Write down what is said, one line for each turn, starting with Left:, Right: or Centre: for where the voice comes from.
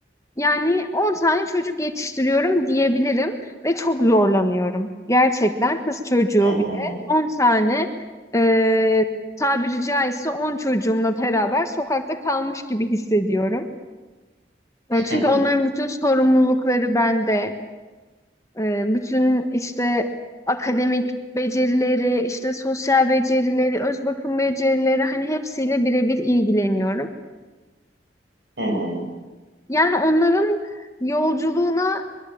Left: Yani 10 tane çocuk yetiştiriyorum diyebilirim ve çok zorlanıyorum. Gerçekten kız çocuğu
Right: hı hı.
Left: bir de 10 tane e, tabiri caizse 10 çocuğumla beraber sokakta kalmış gibi hissediyorum. E, çünkü
Right: Hı
Left: onların
Right: hı,
Left: bütün sorumlulukları bende. E, bütün işte akademik becerileri, işte sosyal becerileri, öz bakım becerileri hani hepsiyle birebir ilgileniyorum.
Right: hı hı,
Left: Yani onların yolculuğuna